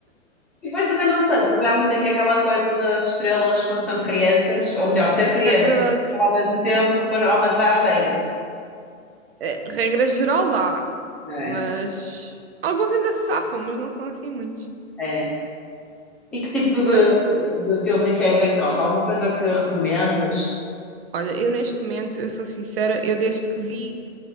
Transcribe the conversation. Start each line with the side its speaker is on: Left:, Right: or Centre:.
Centre: E depois também não sei, também há muito aqui aquela coisa das estrelas quando são crianças, ou melhor, ser criança
Right: É verdade.
Centre: ao mesmo tempo, depois geralmente dá asneira.
Right: É, regra geral dá,
Centre: É,
Right: mas alguns ainda se safam, mas não são assim muitos.
Centre: é. E que tipo
Right: Mas
Centre: de, de filmes e séries é que gosta? Alguma coisa que recomendes?
Right: olha, eu neste momento, eu sou sincera, eu desde que vi,